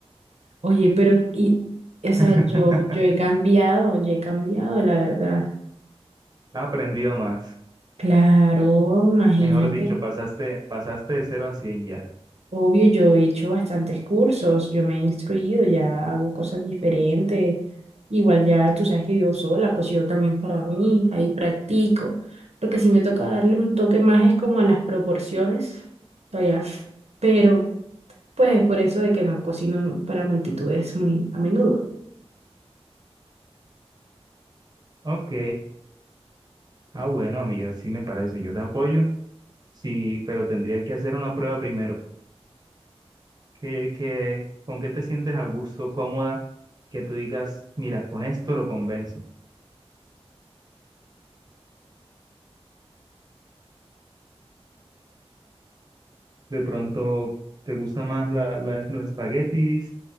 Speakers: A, on the right; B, on the right.
A: Oye, pero, y,
B: <laughs>
A: o sea, yo, yo he cambiado, yo he cambiado, la verdad.
B: Has aprendido más.
A: Claro, imagínate.
B: Mejor dicho, pasaste, pasaste de cero a 100 ya.
A: Obvio, yo he hecho bastantes cursos, yo me he instruido, ya hago cosas diferentes. Igual ya tú sabes que yo sola, cocino también para mí, ahí practico. Lo que sí me toca darle un toque más es como a las proporciones, todavía. Pero pues es por eso de que no cocino para multitudes muy a menudo.
B: Ok, Ah, bueno, amiga, sí me parece, yo te apoyo, sí, pero tendría que hacer una prueba primero. ¿Qué, qué, con qué te sientes a gusto, cómoda, que tú digas, mira, con esto lo convenzo? De pronto, ¿te gusta más la, la- los espaguetis